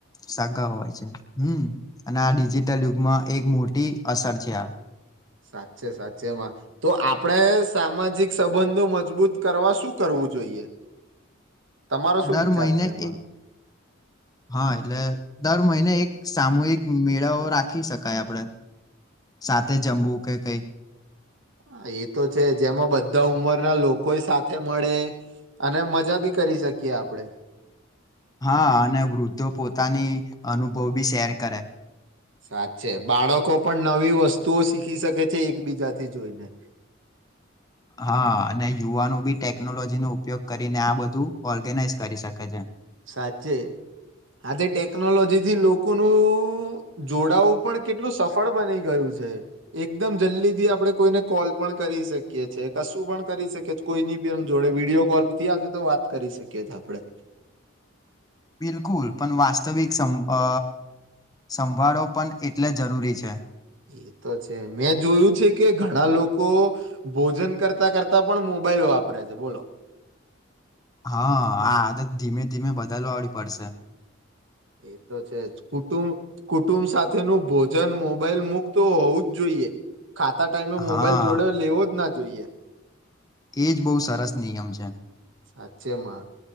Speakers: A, on the left (about 20°); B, on the right (about 65°).
A: સગા હોય છે હમ અને આ ડિજિટલ યુગમાં એક મોટી અસર છે આ
B: સાચે સાચે એમાં તો આપડે સામાજિક સંબંધો મજબૂત કરવા શું કરવું જોઈએ તમારો શું
A: દર
B: વિચાર
A: મહિને
B: છે એમાં
A: એક હા એટલે દર મહિને એક સામૂહિક મેળાઓ રાખી શકાય આપણેે સાથે જમવું કે કઈ
B: હા એ તો છે જ જેમાં બધા ઉંમર ના લોકો સાથે મળે અને મજા ભી કરી શકીએ આપડે
A: હા અને વૃદ્ધો પોતાની અનુભવ ભી શેર કરે
B: સાચે બાળકો પણ નવી વસ્તુઓ શીખી શકે છે એકબીજાથી જોઈને
A: હા અને યુવાનો ભી ટેકનોલોજી નો ઉપયોગ કરીને આ બધું ઓર્ગેનાઈઝ કરી શકે છે
B: સાચે આજે ટેકનોલોજી થી લોકોનું જોડાવું પણ કેટલું સફળ બની ગયું છે એકદમ જલ્દીથી આપણે કોઈને કોલ પણ કરી શકીએ છે કશું પણ કરી શકીએ કોઈની ભી એમ જોડે વિડીયો કોલ થી આજે તો વાત કરી શકીએ આપણે
A: બિલકુલ પણ વાસ્તવિક સ અ સંભાળો પણ એટલે જ જરૂરી છે
B: એ તો છે મેં જોયું છે કે ઘણા લોકો ભોજન કરતા કરતા પણ મોબાઈલ વાપરે છે બોલો
A: હા આ આદત ધીમે ધીમે બદલવાવી પડશે
B: એ તો છે જ કુટુંબ કુટુંબ સાથેનું ભોજન મોબાઈલ મુક્ત હોવું જ જોઈએ ખાતા ટાઈમે
A: હા
B: મોબાઈલ જોડે લેવો જ ન જોઈએ
A: એજ બો સરસ નિયમ છે
B: સાચેમાં